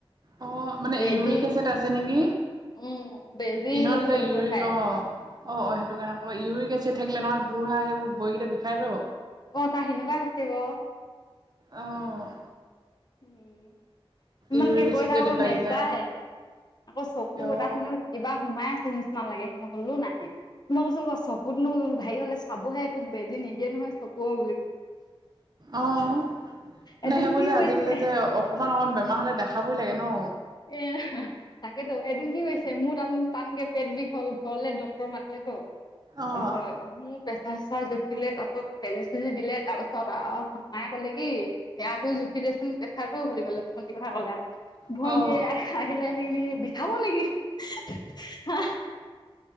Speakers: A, on the right; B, on the left.
A: অ' মানে
B: বেজি
A: ইউৰিক এছেড আছে নেকি।
B: উম বেজি
A: কিছুমান
B: ল'বলে
A: আছে ইউৰি,
B: ভয় খাই
A: অ'। অ' অ' সেইটো কাৰণে, আকৌ ইউৰিক এচিড থাকিলে নহয় গুুৰ়া সেইবোৰ ভৰিকেইটা বিষায়তো।
B: অ' তা সেনেকুৱা হৈছে গ।
A: অ'।
B: উম। ইমানকে
A: ইউৰিক এচিড
B: কৈ থাকো
A: যদি বাঢ়ি
B: নেযায়,
A: যায়
B: আকৌ চকু
A: অ
B: তাৰ খি কিবা সোমাই আছে নিচিনা নালাগে, হ'লে নাহে, তুমি কোবাচোন ক চকুতনো হেৰি হ'লে চাবোহে তোক বেজি নিদিয়ে নহয় চকু ব
A: অ',
B: এদিন
A: নে সেইবোৰ
B: কি
A: যে
B: হৈছে
A: আজিকালি যে অকমান অকমান বেমাৰ হলে দে খাবই লাগে ন।
B: এ, তাকেতো এদিন কি কৈছে মোৰ তাৰ টানকে পেট বিষ হল। ঘৰলে ডটৰ মাতিলে তো,
A: অ
B: তাৰপিছত মোৰ চচাৰ চচাৰ জুখিলে তাৰপিছত, বেজি চেজি দিলে তাৰপিছত সোমাই কলে কি আকো জুখি দেচোন পেছাৰটো বুলি কলে ভণ্টীৰ কথা কলে, আৰু ভণ্টীয়ে
A: অ',
B: আহিলে। ি বিষাব নেকি। <unintelligible> হ হ